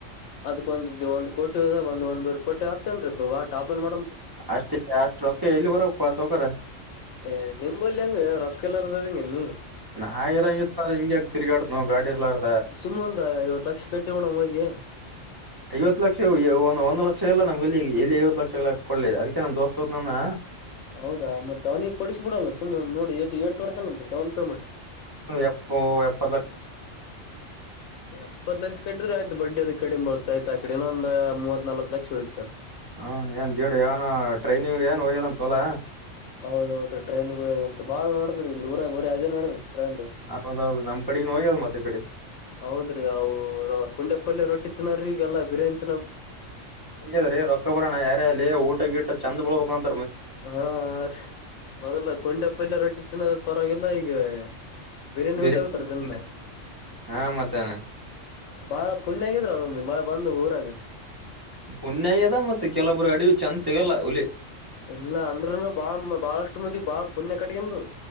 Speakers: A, on the left; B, on the right.
A: ಅದಕ್ಕ ಒಂದು ಒಂದು ಕೋಟಿ ಒಂದು ಒಂದೂವರೆ ಕೋಟಿ ಆತೇನ ಬಾ ಟಾಪನ್ ಮಾಡ
B: ಅಷ್ಟ ಅಷ್ಟ ರೋಕ್ಕ ಎಲ್ಲಿ ಬರ ಪಾಸ್ ಹಕರ
A: ಏ ನಿಮ್ಮಲ್ಲಿ ಹಂಗ ರೊಕ್ಕ ಎಲ್ಲರ್ದ ಹಂಗೆ ನೀ
B: ಸಾವಿರ ಹಂಗ ಇತ್ತತಾರ ಹಿಂಗ್ಯಗ ತಿಗಾಡ ನವು ಗಾಡಿ ಇರಲಾರದ
A: ಸುಮ್ಮೊಂದ ಐವತ್ ಲಕ್ಷ ಕಟ್ಟಿ ಬಿಡುನೋ ಇದೇನು
B: ಐವತ್ ಲಕ್ಷ ಒಂದ್ ಲಕ್ಷ ಎಲ್ಲ ನಮ್ ಇಲ್ಲಿ ಎಲ್ಲಿ ಐವತ್ತು ಲಕ್ಷಾ ಕೊಡ್ ಅದಕ್ಕೆ ನಮ್ ದೋಸ್ತ್ ಹೊತ್ನನ್ನ
A: ಹೌದಾ ಮತ್ ಅವನಿಗೆ ಕೋಡಿಸಿಬಿಡಲ್ಲ ಸುಮ್ಮ್ ನೋಡಿ ಎಡು ಎಡ್ ಕಡೆತನು ಡೌನ್ ಪೇಮೆಂಟ್
B: ಎಪೋ ಎಪ್
A: ಎಪ್ಪತ್ ಲಕ್ಷ ಕಂಡ್ರೆ ಆಯ್ತು ಬಡ್ಡಿ ಅದಕ್ಕೆ ಈ ಕಡಿಮೆ ಬೀಳ್ತಾ ಆ ಕಡೆನ ಒಂದ ಮೂತ್ ನಲ್ತ್ ಲಕ್ಷ ಉಳೀತಾ
B: ಹಾ ಏನ್ ದಡಿ ಅವನ ಟ್ರೈನಿಂಗ್ ಏನ್ ಹೋಗಿದ ಒಂದು ಸಲಾ
A: ಹೌದೌದು ಟ್ರೈನಿಂಗ್ಯೋದ ಅಂತ ಬಾಳ ನಡದ್ರಿ ಇಲ್ಲಿ ಊರಾಗ ಬರರಿ ಅದೇ ನಡದ್ರಿ ಟ್ರೆಂಡ್.
B: ಹೌದೌದು ನಮ್ ಕಡೆ ನೋ ಹೋಗ್ಯದ ಮತ್ತೆ ಈ
A: ಹೌದ್ರಿ ಅವು ಕುಂಡೆಪಲ್ಲಿಯ ರೋಟ್ಟಿ ತಿನೋರ ಈಗ ಎಲ್ಲಾ ಬಿರಿಯಾನಿತ
B: ಹಾದ್ರೀ ರೊಕ್ಕ ಬರೋಣ ಯಾರ್ಯ ಅಲ್ಲಿ ಊಟ ಗಿಟ್ಟ ಚಂದ್ ಬಳ್ಬೇಕಂತ
A: ಹಾ ರೀ ಮೊದಲ ಕೊಂಡೆ ಪಲ್ಯ ರೊಟ್ಟಿ ತಿನ್ನದ್ರ ಪರವಾಗಿಲ್ಲ ಈಗ ಬಿರಿಯಾನಿ
B: ಬಿ
A: ಇಡ್ಲಾಗತ್ತಾರ
B: ಬಿರಿಯಾನಿ
A: ದಿನ್ನ.
B: ಹಾ ಮತ್ತಾನೆ
A: ಬಾಳ ಪುಣ್ಯ ಆಗಿದ್ರ ಅದೊಂದು ಮ ಬಂದು ಊರಾಗ
B: ಪುಣ್ಯ ಇದ ಮತ್ತೆ ಕೆಲವೊಬ್ ಅಡಿವಿ ಚಂದ ಸಿಗಲ್ಲ ಹುಲಿ
A: ಎಲ್ಲಾ ಅಂದ್ರೂನು ಬಾಳ ಬಾಳಷ್ಟು ಮಂದಗ್ ಬಾಳ ಪುಣ್ಯ ಕಟಗಂದು